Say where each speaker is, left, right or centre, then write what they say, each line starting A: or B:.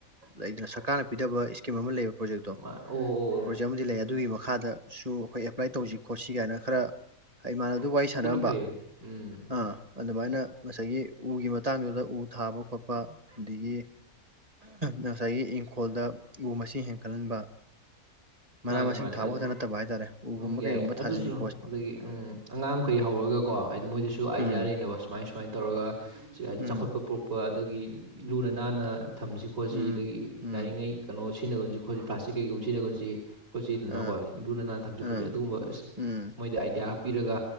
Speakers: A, on the right; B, on the right.
A: ꯂꯩꯗꯅ ꯁꯔꯀꯥꯔꯅ ꯄꯤꯗꯕ ꯇꯤꯝ ꯑꯃ ꯂꯩꯕ ꯄ꯭ꯔꯣꯖꯦꯛꯇꯣ
B: ꯑꯣ ꯑꯣ
A: ꯄ꯭ꯔꯣꯖꯦꯛ ꯑꯃꯗꯤ ꯂꯩ ꯑꯗꯨꯒꯤ ꯃꯈꯥꯗꯁꯨ ꯑꯩꯈꯣꯏ ꯑꯦꯄ꯭ꯂꯥꯏ ꯇꯧꯁꯤ ꯈꯣꯠꯁꯤ ꯀꯥꯏꯅ ꯈꯔ ꯏꯃꯥꯟꯅꯕꯗꯨꯒ ꯋꯥꯔꯤ
B: ꯑꯗꯨꯅ
A: ꯁꯥꯟꯅꯔꯝꯕ
B: ꯐꯩꯌꯦ ꯎꯝ
A: ꯑꯥ ꯑꯗꯨꯃꯥꯏꯅ ꯉꯁꯥꯏꯒꯤ ꯎꯒꯤ ꯃꯇꯥꯡꯗꯨꯗ ꯎ ꯊꯥꯕ ꯈꯣꯠꯄ ꯑꯗꯒꯤ ꯉꯁꯥꯏꯒꯤ ꯏꯪꯈꯣꯜꯗ ꯎ ꯃꯁꯤꯡ ꯍꯦꯟꯒꯠꯍꯟꯕ ꯃꯅꯥ
B: ꯃꯥꯅꯦ
A: ꯃꯁꯤꯡ
B: ꯃꯥꯅꯦ
A: ꯊꯥꯕ
B: ꯑꯗꯨ
A: ꯈꯛꯇ ꯅꯠꯇꯕ ꯍꯥꯏ ꯇꯇꯥꯔꯦ ꯎꯒꯨꯝꯕ
B: ꯎꯝ ꯌꯥꯏ
A: ꯀꯩꯒꯨꯝꯕ
B: ꯑꯗꯨꯁꯨ
A: ꯊꯥꯖꯤꯟ
B: ꯑꯗꯒꯤ ꯎ ꯑꯉꯥꯡꯈꯩ ꯍꯧꯔꯒꯀꯣ ꯍꯥꯏꯗꯤ ꯃꯣꯏꯗꯁꯨ ꯑꯥꯏꯗꯤꯌꯥ
A: ꯎꯝ
B: ꯂꯩꯅꯕ ꯁꯨꯃꯥꯏ ꯁꯨꯃꯥꯏꯅ ꯇꯧꯔꯒ ꯍꯥꯏꯗꯤ
A: ꯎꯝ
B: ꯆꯥꯎꯈꯠꯄ ꯄꯔꯛꯄ ꯑꯗꯒꯤ ꯂꯨꯅ ꯅꯥꯟꯅ ꯊꯝꯁꯤ ꯈꯣꯠꯁꯤ
A: ꯎꯝ
B: ꯑꯗꯒꯤ
A: ꯎꯝ
B: ꯌꯥꯔꯤꯉꯩ ꯀꯩꯅꯣ ꯁꯤꯖꯤꯟꯅꯒꯨꯟꯁꯤ ꯈꯣꯠꯁꯤ ꯄ꯭ꯂꯥꯁꯇꯤꯛ ꯀꯩꯒꯨꯝꯕ ꯁꯤꯖꯤꯟꯅꯒꯨꯟꯁꯤ ꯈꯣꯠꯆꯦꯗꯅꯀꯣ
A: ꯑꯥ
B: ꯂꯨꯅ ꯅꯥꯟꯅ ꯊꯝꯁꯨ
A: ꯑꯥ
B: ꯈꯣꯠꯆ ꯑꯗꯨꯒꯨꯝꯕ
A: ꯎꯝ
B: ꯃꯣꯏꯗ ꯑꯥꯏꯗꯤꯌꯥ ꯄꯤꯔꯒ